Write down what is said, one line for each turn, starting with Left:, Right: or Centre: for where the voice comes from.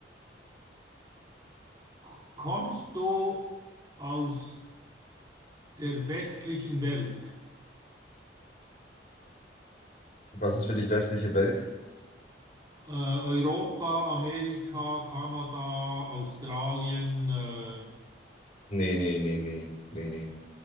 Right: K- Kommst du aus der westlichen Welt?
Left: Was ist für dich westliche Welt?
Right: Äh, Europa, Amerika, Kanada, Australien. Äh,
Left: Nee, nee, nee, nee, nee, nee.